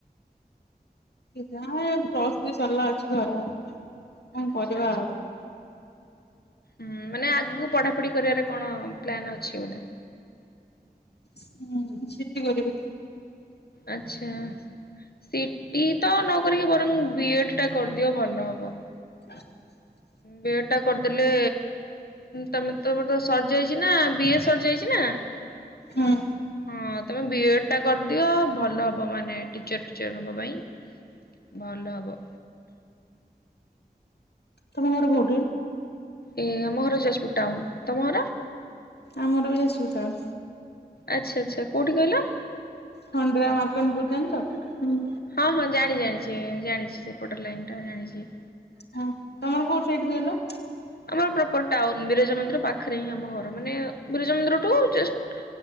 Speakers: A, on the left (about 80°); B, on the left (about 65°).
A: ପ୍ଲସଥ୍ରୀ ସରିଲା ଅଛି ଘରେଆଉ, କଣ
B: ଆଚ୍ଛା
A: କରିବା
B: ଆଚ୍ଛା।
A: ଆଉ।
B: ହୁଁ ମାନେ ଆଗକୁ ପଢାପଢି କରିବାର କଣ ପ୍ଲାନ ଅଛି ବୋଧେ?
A: ହୁଁ ସିଟି କରିବୁ।
B: ଆଛା। ସିଟି ତ ନକରିକି, ବରଂ ବିଇଡି ଟା କରିଦିଅ ଭଲ ହବ।
A: <inaudible>
B: ବିଏଡେ ଟା କରିଦେଲେ ତମେ ତମର ସରିଯାଇଛି ନା, ବିଏ ସରିଯାଇଛି ନା।
A: ହଁ।
B: ହଁ ତମେ ବିଏଡ ଟା କରିଦିଅ ଭଲ ହବ ମାନେ ଟିଚର ଫିଚର ହବା ପାଇଁ। ଭଲ ହବ।
A: ତମ ଘର କୋଉଠି?
B: ଏ ଆମ ଘର ଯାଜପୁର ଟାଉନ, ତମ ଘର
A: ଆମ ଘର ବି ଯାଜପୁର ଟାଉନ୍।
B: ଆଚ୍ଛା ଆଚ୍ଛା କୋଉଠି କହିଲ?
A: ସନ୍ଦ୍ରା ମାଦନ ପୁର ଜାଣିଛ? ହୁଁ।
B: ହଁ ହଁ ଜାଣି ଜାଣିଛି ଜାଣିଛି ସେ ପଟ ଲାଇନଟା ଜାଣିଛି।
A: ହଁ ତମର କୋଉ ସାଇଡ କହିଲ?
B: ଆମର ପ୍ରପର ଟାଉନ୍ ବିରଜା ମନ୍ଦିର ପାଖରେ ହିଁ ଆମ ଘର ମାନେ ବିରଜା ମନ୍ଦିରଠୁ ଯଷ୍ଟ